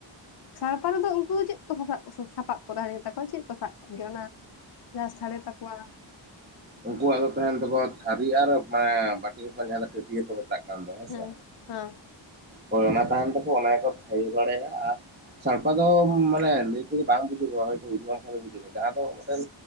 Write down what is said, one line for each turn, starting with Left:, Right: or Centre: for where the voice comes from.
Left: ᱥᱟᱲᱯᱟ ᱨᱮᱫᱚ ᱩᱝᱠᱩ ᱫᱚ ᱪᱮᱫ ᱠᱚ ᱥᱟᱯᱟᱵ ᱥᱟᱯᱟᱵ ᱠᱚ ᱛᱟᱦᱮᱱ ᱜᱮᱛᱟᱠᱚᱣᱟ ᱪᱮᱫ ᱠᱚ ᱥᱟᱵ ᱠᱟᱜ ᱜᱮᱭᱟ ᱚᱱᱟ ᱡᱟᱦᱟᱸ ᱥᱟᱲᱮ ᱛᱟᱠᱚᱣᱟ
Right: ᱩᱝᱠᱩᱣᱟᱜ ᱫᱚ ᱛᱟᱦᱮᱱ ᱛᱟᱠᱚᱣᱟ ᱛᱷᱟᱨᱤ ᱟᱨ ᱢᱟᱱᱮ ᱵᱟᱹᱴᱤ ᱦᱚᱯᱚᱱ ᱡᱟᱦᱟᱸ ᱫᱚ ᱴᱷᱟᱹᱴᱤᱭᱟᱹ ᱠᱚ ᱢᱮᱛᱟᱜ ᱛᱟᱜ ᱠᱟᱱ ᱫᱚ ᱦᱮᱸᱥᱮ,
Left: ᱦᱮᱸ ᱦᱮᱸ
Right: ᱦᱳᱭ ᱚᱱᱟ ᱛᱟᱦᱮᱱ ᱛᱟᱠᱚᱣᱟ ᱚᱱᱟ ᱜᱮᱠᱚ ᱛᱷᱟᱭᱳ ᱵᱟᱲᱟᱭᱟ ᱟᱨ ᱥᱟᱲᱯᱟ ᱫᱚ ᱢᱟᱱᱮ ᱱᱤᱛᱚᱜ ᱫᱚ ᱵᱟᱝ ᱵᱩᱡᱩᱜᱚᱜᱼᱟ ᱦᱳᱭ ᱛᱚ ᱩᱫᱩᱜ-ᱟᱢ ᱚᱱᱠᱟ ᱜᱮ ᱵᱩᱡᱩᱜᱚᱜ-ᱟ ᱟᱫᱚ ᱢᱤᱫᱴᱮᱱ